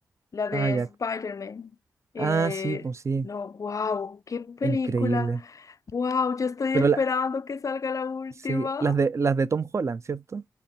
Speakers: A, on the left; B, on the right.
A: la de
B: ah, ya.
A: Spider-Man. Eh,
B: Ah, sí, pues sí,
A: no, wow, qué película.
B: increíble.
A: Wow, yo estoy
B: Pero
A: esperando
B: la,
A: que salga la última.
B: sí, las de las de Tom Holland, ¿cierto?